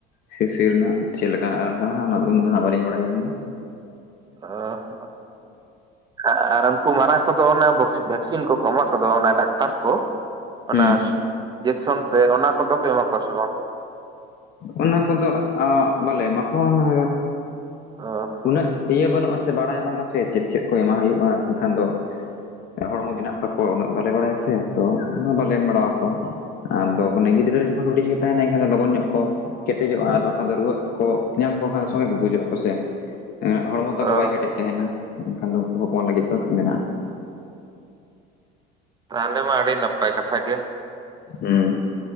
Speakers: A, on the left (about 50°); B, on the right (about 20°).
A: ᱥᱤᱥᱤᱨ ᱨᱮᱱᱟᱜ ᱪᱮᱫ ᱞᱮᱠᱟᱱᱟᱜ ᱨᱟᱱ ᱠᱟᱱᱟ ᱚᱱᱟ ᱫᱚ ᱩᱱᱟᱹᱜ ᱫᱚ ᱦᱟᱜ ᱵᱟᱹᱞᱤᱧ ᱵᱟᱲᱟᱭᱟ ᱟᱹ ᱤᱧ ᱫᱚ ᱾
B: ᱚᱦᱚ ᱾ ᱟᱨ ᱩᱱᱠᱩ ᱢᱟᱨᱟᱝ ᱠᱚᱫᱚ ᱚᱱᱟ ᱵᱷᱚᱠᱥ ᱵᱷᱮᱠᱥᱤᱱ ᱠᱚᱠᱚ ᱮᱢᱟ ᱠᱚᱫᱚ ᱚᱱᱟ ᱰᱟᱠᱛᱟᱨ ᱠᱚ᱾ ᱚᱱᱟ
A: ᱦᱩᱸ
B: ᱧᱡᱮᱠᱥᱚᱱ ᱛᱮ ᱚᱱᱟ ᱠᱚᱫᱚ ᱯᱮ ᱮᱢᱟ ᱠᱚᱣᱟ ᱥᱮ ᱵᱟᱝ ᱟᱯᱮ?
A: ᱚᱱᱟ ᱠᱚᱫᱚ ᱵᱟᱞᱮ ᱮᱢᱟ ᱠᱚᱣᱟ,
B: ᱚ ᱦᱚ
A: ᱩᱱᱟᱹᱜ ᱤᱭᱟᱹ ᱵᱟᱹᱱᱩᱜᱼᱟ ᱥᱮ ᱵᱟᱲᱟᱭ ᱵᱟᱝᱼᱟ ᱥᱮ ᱪᱮᱫ-ᱪᱮᱫ ᱠᱚ ᱮᱢᱟ ᱦᱩᱭᱩᱜᱼᱟ ᱮᱱᱠᱷᱟᱱ ᱫᱚ ᱦᱚᱲᱢᱚ ᱜᱮᱱᱟᱜ ᱛᱟᱠᱚ ᱩᱱᱟᱹᱜ ᱵᱟᱞᱮ ᱵᱟᱲᱟᱭᱟ ᱥᱮ ᱛᱚ ᱵᱟᱞᱮ ᱮᱢ ᱵᱟᱲᱟᱣ ᱠᱚᱣᱟ, ᱟᱫᱚ ᱢᱟᱱᱮ ᱜᱤᱫᱽᱨᱟᱹ ᱨᱮ ᱡᱚᱠᱷᱚᱱ ᱦᱩᱰᱤᱧ ᱜᱮ ᱛᱟᱦᱮᱱᱟᱭ ᱮᱱᱠᱷᱟᱱ ᱫᱚ ᱞᱚᱜᱚᱱ ᱧᱚᱜ ᱠᱚ ᱾ ᱠᱮᱴᱮᱡᱚᱜᱼᱟ ᱟᱨ ᱵᱟᱝᱠᱷᱟᱱ ᱫᱚ ᱨᱩᱣᱟᱹᱜ ᱠᱚ ᱧᱟᱢ ᱠᱚ ᱠᱷᱟᱱ ᱫᱚ ᱥᱚᱸᱜᱮ ᱠᱚ ᱜᱩᱡᱩᱜᱼᱟ ᱾ ᱠᱚ ᱥᱮ ᱦᱚᱲᱢᱚ ᱛᱟᱠᱚ
B: ᱚ
A: ᱵᱟᱭ ᱠᱮᱴᱮᱡ ᱛᱟᱦᱮᱱᱟ ᱮᱱᱠᱷᱟᱱ ᱫᱚ ᱩᱱᱠᱩ ᱦᱚᱯᱚᱱ ᱞᱟᱹᱜᱤᱫ ᱫᱚ ᱢᱮᱱᱟᱜᱼᱟ ᱾
B: ᱛᱟᱦᱞᱮ ᱢᱟ ᱟᱹᱰᱤ ᱱᱟᱯᱟᱭ ᱠᱟᱛᱷᱟ ᱜᱮ᱾
A: ᱦᱢ ᱾